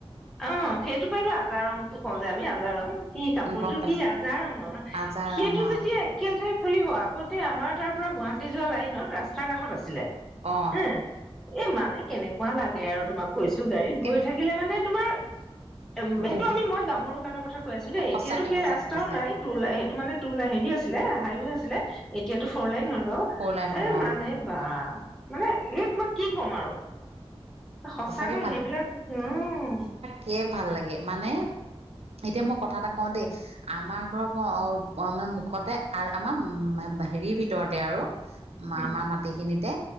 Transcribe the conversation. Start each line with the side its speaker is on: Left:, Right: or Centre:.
Centre: অ সেইটো পৰাইতো আজাৰ ৰংটো কওঁ যে আমি আজাৰ ৰং। কি কাপোৰ
Right: মই গম
Centre: যোৰ
Right: পাইছো
Centre: কি আজাৰ ৰঙৰ
Right: আজাৰ
Centre: সেইটো
Right: ৰঙা
Centre: যেতিয়াই <unintelligible> ফুলিব আগতে আমাৰ তাৰ পৰা গুৱাহাটী যোৱা লাইনত ৰাস্তাৰ কাষত আছিলে।
Right: অ
Centre: এ এই মানে কেনেকুৱা লাগে আৰু তোমাক কৈছো গাড়ীত গৈ
Right: এই
Centre: থাকিলে মানে তোমাৰ উম সেইটো
Right: বহু
Centre: আমি মই গা সৰু কালৰ কথা কৈ আছো দেই।
Right: সঁচাকে
Centre: এতিয়াতো সেই
Right: সঁচাকে
Centre: ৰাস্তাও
Right: সঁচাকে
Centre: নাই। তুলা সেইটো মানে তুলা হেৰি আছিল হাইৱে আছিলে এতিয়াটো ফ'ৰ লাইন হ'ল বাৰু
Right: ফ'ৰ লাইন হ'ল
Centre: এ মানে
Right: অ
Centre: বা মানে এই তোমাক কি কম আৰু। সঁচাকৈ
Right: সঁচাকে
Centre: সেইবিলাক উম।
Right: একে ভাল মানে এতিয়া মই কথা এটা কওঁ দেই আমাৰ ঘৰৰ <unintelligible> মানে মুখতে আৰু আমাৰ উ হেৰিৰ ভিতৰতে আৰু। মা
Centre: উম
Right: আমাৰ মাটিখিনিতে